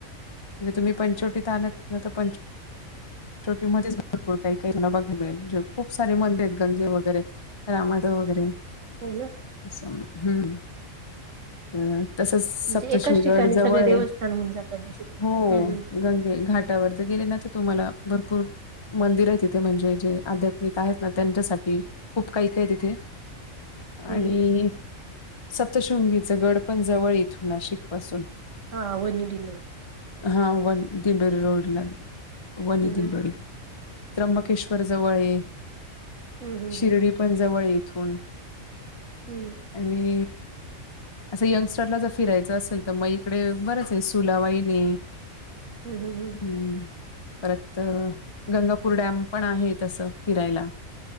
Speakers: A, on the left; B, on the right.
A: म्हणजे तुम्ही पंचवटीत आणत ना तर पंच. छोटी मध्येच भरपूर काही काही तुला बघाय मिळेल म्हणजे खूप सारे मंद आहेत गंगे वगैरे रामादव वगैरे.
B: हो ना
A: हम्म. अ तसच सप्तशृंगी
B: म्हणजे एकाच ठिकाणी
A: गड जवळ
B: सगळे देवस्थान होऊन जातात जसं
A: हो
B: हम्म हम्म
A: गंगे घाट गेले ना तर तुम्हाला भरपूर मंदिर आहे तिथे म्हणजे जे आध्यात्मिक आहेत ना त्यांच्यासाठी खूप काही काय तिथे आणि
B: हम्म हम्म हम्म.
A: सप्तशृंगी च गड पण जवळ इथून नाशिक पासून.
B: हा वनी दिंडोर
A: हा वन दिंडोरी रोडला वनी
B: हम्म
A: दिंडोरी.
B: हम्म
A: त्र्यंबकेश्वर जवळये
B: हम्म हम्म
A: शिर्डी
B: हम्म.
A: पण जवळये इथून.
B: हम्म!
A: आणि असं यंगस्टरला जर फिरायचं असेल तर मग इकडे बरंच आहे सुलावाईनी
B: हम्म हम्म हम्म!
A: हम्म! परत गंगापूर डॅम पण आहे तसं फिरायला.